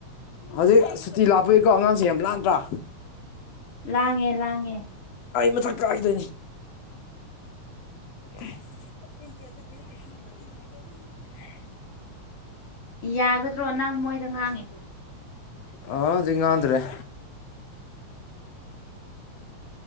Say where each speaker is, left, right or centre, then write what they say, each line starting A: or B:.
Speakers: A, on the left; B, on the left.
A: ꯍꯧꯖꯤꯛ ꯁꯨꯇꯤ ꯂꯥꯛꯄꯏꯀꯣ ꯑꯉꯥꯡꯁꯦ ꯌꯥꯝ ꯂꯥꯛꯥꯟꯗ꯭ꯔꯥ
B: ꯂꯥꯡꯉꯦ ꯂꯥꯡꯉꯦ
A: ꯑꯩ ꯃ ꯊꯀꯥꯁꯗꯅꯤ <unintelligible>
B: ꯌꯥꯒꯗ꯭ꯔꯣ ꯅꯪ ꯃꯣꯏꯗ ꯉꯥꯡꯉꯤꯗꯣ
A: ꯑ ꯖꯤꯉꯥꯗ꯭ꯔꯦ